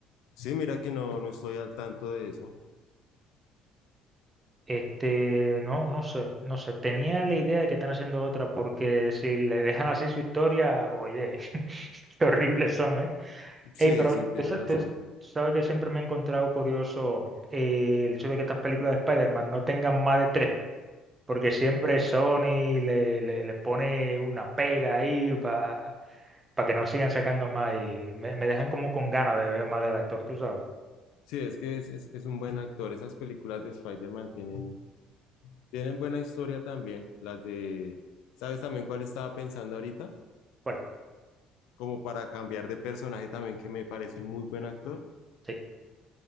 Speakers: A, on the left (about 80°); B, on the right (about 25°).
A: Sí, mira que no, no estoy al tanto de eso.
B: Este, no, no sé, no sé. Tenía la idea de que están haciendo otra, porque si le dejan así su historia, oye, <laughs> qué horribles son, ¿eh?
A: Sí,
B: Ey, pero
A: sí, tienes
B: tú, sa-
A: razón.
B: tú- tú sabes que siempre me he encontrado curioso eh, el hecho de que estas películas de Spider-Man no tengan más de tres, porque siempre Sony le, le, le pone una pega ahí para para que no sigan sacando más y me, me dejan como con ganas de ver más del actor, tú sabes.
A: Sí, es que es, es- es un buen actor. Esas películas de Spider-Man tienen, tienen buena historia también. Las de, ¿sabes también cuál estaba pensando ahorita?
B: ¿Cuál?
A: Como para cambiar de personaje también, que me parece un muy buen actor.
B: Sí,